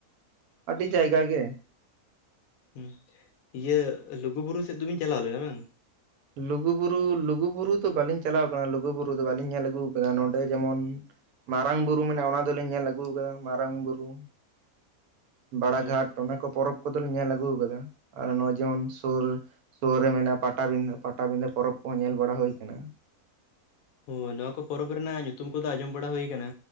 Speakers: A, on the right (about 80°); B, on the left (about 70°).
A: ᱟᱹᱰᱤ ᱡᱟᱭᱜᱟ ᱜᱮ ᱾
B: ᱦᱩᱸ, ᱤᱭᱟᱹ ᱞᱩᱜᱩ ᱵᱩᱨᱩ ᱥᱮᱫ ᱫᱚᱵᱤᱱ ᱪᱟᱞᱟᱣ ᱞᱮᱱᱟ ᱵᱟᱝ?
A: ᱞᱩᱜᱩᱵᱩᱨᱩ ᱞᱩᱜᱩᱵᱩᱨᱩ ᱫᱚ ᱵᱟᱹᱞᱤᱧ ᱪᱟᱞᱟᱣ ᱠᱟᱱᱟ, ᱞᱩᱜᱩᱵᱩᱨᱩ ᱫᱚ ᱵᱟᱞᱤᱧ ᱧᱮᱞ ᱟᱹᱜᱩ ᱟᱠᱟᱫᱟ ᱱᱚᱰᱮ ᱡᱮᱢᱚᱱ ᱢᱟᱨᱟᱝ ᱵᱩᱨᱩ ᱢᱮᱱᱟᱭᱟ ᱚᱱᱟ ᱫᱚᱞᱤᱧ ᱧᱮᱞ ᱟᱹᱜᱩ ᱟᱠᱟᱫᱟ, ᱢᱟᱨᱟᱝ ᱵᱩᱨᱩ ᱾ ᱵᱟᱲᱟᱜᱷᱟᱴ
B: ᱦᱮᱸ
A: ᱚᱱᱟᱠᱚ ᱯᱚᱨᱚᱵᱽ ᱠᱚᱫᱚᱞᱤᱧ ᱧᱮᱞ ᱟᱹᱜᱩ ᱟᱠᱟᱫᱟ ᱟᱨ ᱱᱚᱜ ᱚᱭ ᱡᱮᱢᱚᱱ ᱥᱳᱨ ᱥᱳᱨ ᱨᱮ ᱢᱮᱱᱟᱜᱼᱟ ᱯᱟᱴᱟᱵᱤᱸᱫᱷᱟᱹ ᱯᱟᱴᱟᱵᱤᱫᱷᱟᱹ ᱯᱚᱨᱚᱵᱽ ᱠᱚᱦᱚᱸ ᱧᱮᱞ ᱵᱟᱲᱟ ᱦᱳᱭ ᱠᱟᱱᱟ ᱾
B: ᱦᱳᱭ, ᱱᱚᱶᱟ ᱠᱚ ᱯᱚᱨᱚᱵᱽ ᱨᱮᱭᱟᱜ ᱧᱩᱛᱩᱢ ᱠᱚᱫᱚ ᱟᱸᱡᱚᱢ ᱵᱟᱲᱟ ᱦᱳᱭ ᱟᱠᱟᱱᱟ,